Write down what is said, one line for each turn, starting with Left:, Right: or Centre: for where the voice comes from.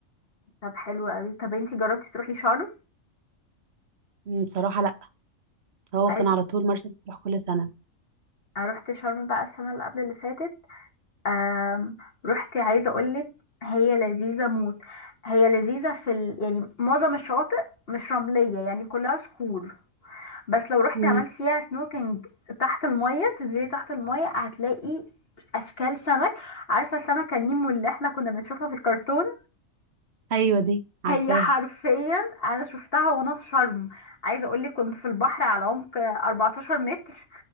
Left: طب حلو قوي طب انتي جربتي تروحي شرم
Right: مم، بصراحه لا هو
Left: عايز
Right: كان على طول مرسى مطروح كل سنة
Left: أنا رحت شرم بقى السنه اللي قبل اللي فاتت آم، رحت عايزه اقولك هي لذيذه موت هي لذيذه في ال... يعني معظم الشواطئ مش رمليه يعني كلها صخور بس لو رحتي
Right: مم.
Left: عملت فيها سنوكينج تحت المية تنزلي تحت المية هتلاقي اشكال سمك عارفة سمكة نيمو اللي احنا كنا بنشوفها في الكرتون
Right: أيوة دي عارفاها
Left: هي حرفيا انا شفتها وانا في شرم عايزة اقولك كنت في البحر على عمق 14 متر